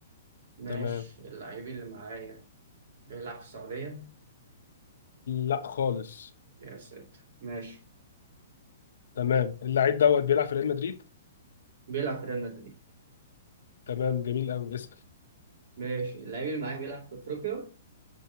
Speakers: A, on the right; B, on the left.
A: ماشي
B: تمام
A: اللعيب اللي معايا بيلعب في السعودية
B: لا خالص
A: يا ساتر ماشي
B: تمام اللاعب دوت بيلعب في ريال مدريد
A: بيلعب في ريال مدريد
B: تمام جميل قوي اسأل
A: ماشي اللعيب اللي معايا بيلعب في افريقيا